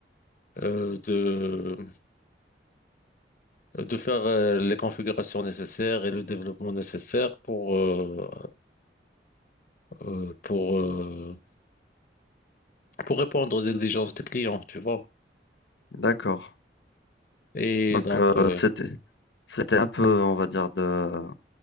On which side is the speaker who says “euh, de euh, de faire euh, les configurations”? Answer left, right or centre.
Left